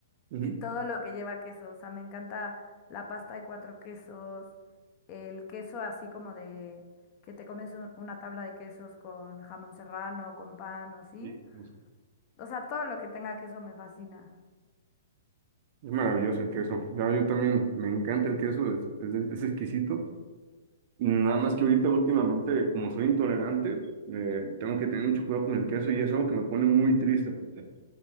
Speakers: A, on the right; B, on the left.
A: Ujú.
B: Y todo lo que lleva queso, o sea, me encanta la pasta de cuatro quesos, el queso así como de que te comes un- una tabla de quesos con jamón serrano, con pan o así.
A: Sí, pues,
B: O sea, todo lo que tenga queso me fascina.
A: Es maravilloso el queso. Ya, yo también me encanta el queso, es, es, es exquisito. Nada más que ahorita últimamente, como soy intolerante, eh, tengo que tener mucho cuidado con el queso y es algo que me pone muy triste, porque,